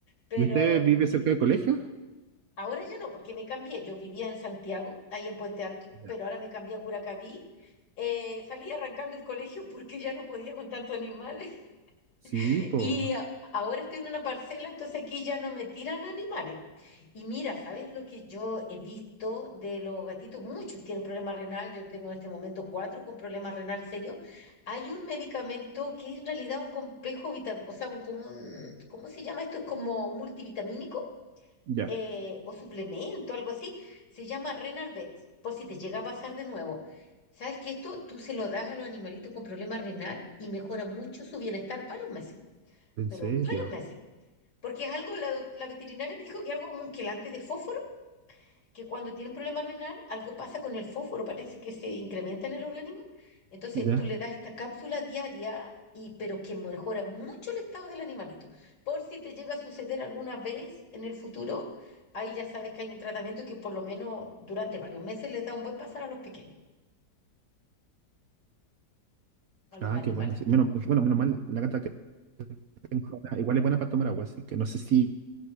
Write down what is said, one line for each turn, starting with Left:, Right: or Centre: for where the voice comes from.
Left: Pero
Right: ¿Y usted vive
Left: y
Right: cerca del colegio?
Left: ahora ya no, porque me cambié. Yo vivía en Santiago, ahí en Puente Alto,
Right: Ya.
Left: pero ahora me cambié a Curacaví. Eh, salí arrancando el colegio porque ya no podía con tantos animales
Right: Sí,
Left: <laughs>
Right: po.
Left: y a- ahora estoy en una parcela, entonces aquí ya no me tiran animales. Y mira, ¿sabes lo que yo he visto de los gatitos? Muchos tienen problemas renal, yo tengo en este momento cuatro con problemas renal serios. Hay un medicamento que es en realidad un complejo vitamínico, o sea, un, como un- ¿cómo se llama esto? Es como multivitamínico
Right: Ya.
Left: eh, o suplemento, algo así. Se llama Renalvet, por si te llega a pasar de nuevo. ¿Sabes que esto tú se lo das a los animalitos con problemas renal y mejora mucho su bienestar varios meses,
Right: ¿En
Left: pero
Right: serio?
Left: varios meses? Porque es algo, la, doc- la veterinaria me dijo que es algo como un quelante de fósforo que cuando tienen problema renal, algo pasa con el fósforo, parece que se incrementa en el organismo. Entonces
Right: ya
Left: tú le das esta cápsula diaria, y, pero que mejora mucho el estado del animalito. Por si te llega a suceder alguna vez en el futuro, ahí ya sabes que hay un tratamiento que por lo menos durante varios meses les da un buen pasar a los pequeños, a los
Right: Ah,
Left: animalitos.
Right: qué bueno. sí. Menos, bueno, menos mal, la gata que tengo ahora igual es buena para tomar agua, así que no sé si,